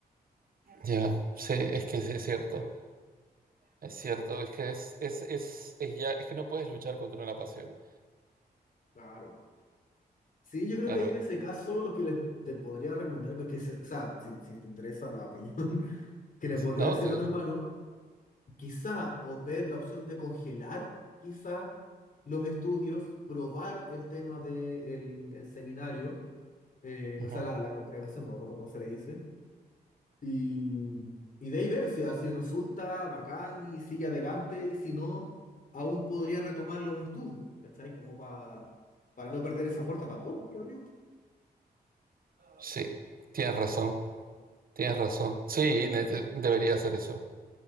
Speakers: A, on the right; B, on the left.
A: ya. Sí, es que sí es cierto. Es cierto, es que es, es, es, es ya, es que no puedes luchar contra una pasión.
B: Claro. Sí, yo creo
A: Claro,
B: que ahí en ese caso lo que les, te podría recomendar, que, que se- o sea, si, si te interesa la opinión <laughs> que le podría
A: no,
B: decir
A: tú-
B: a tu hermano quizá, o ver la opción de congelar, quizá, los estudios, probar el tema del seminario, eh,
A: ujú.
B: o sea, la, la congregación, no me acuerdo cómo se le dice, y, y de ahí ver si así resulta bacán y sigue adelante, y si no, aún podría retomar los estudios, ¿cachai? Como pa- para no perder esa puerta tampoco, creo yo.
A: Sí, tienes razón, tienes razón. Sí, ne- de- debería hacer eso.